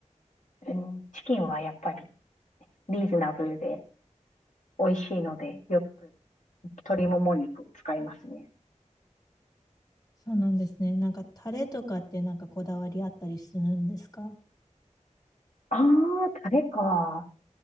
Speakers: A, on the left; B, on the left.
A: うん、チキンはやっぱりリーズナブルで美味しいので、よく鶏もも肉を使いますね。
B: そうなんですね。なんかタレとかってなんかこだわりあったりするんですか
A: ああ、タレか。